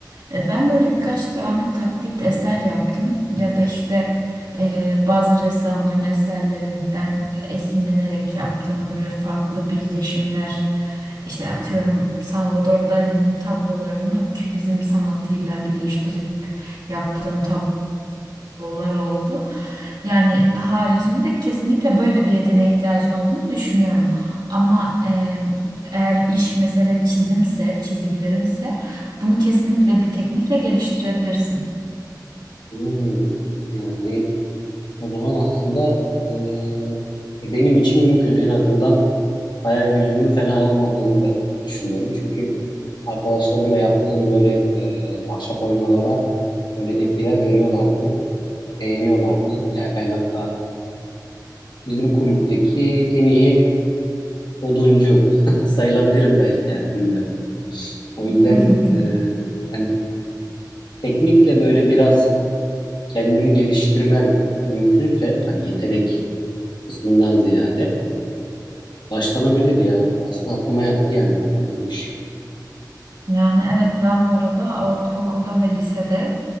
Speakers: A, on the right; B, on the left.
A: E, ben böyle birkaç tane taklit eser yaptım ya da işte ee, bazı ressamların eserlerinden esinlenerek yaptığım böyle farklı birleşimler işte atıyorum Salvador Dali'nin tablolarını kübizm sanatıyla birleştirip yaptığım tablolar oldu. Yani
B: Hmm.
A: haricinde kesinlikle böyle bir yeteneğe ihtiyacın olduğunu düşünüyorum. Ama e, eğer iş mesele çizimse, çizgilerinse bunu kesinlikle bir teknikle geliştirebilirsin.
B: Hmm. Yani o zaman aslında e, e, benim için mümkün en azından hayal gücümün fena olmadığını ben düşünüyorum. Çünkü arkadaşlarımla yaptığım böyle e, ahşap oymalara böyle tepkiler veriyorlardı, beğeniyorlardı. Yani ben hatta bizim kulüpteki en iyi oduncu <laughs> sayılabilirim belki yani bilmiyorum. O yüzden
A: <laughs>
B: e, hani teknikle böyle biraz kendimi geliştirmem mümkünse hani yetenek kısmından ziyade başlanabilir ya. Aslında aklıma yattı yani olabilirmiş.
A: Yani evet ben bu arada ortaokulda ve lisede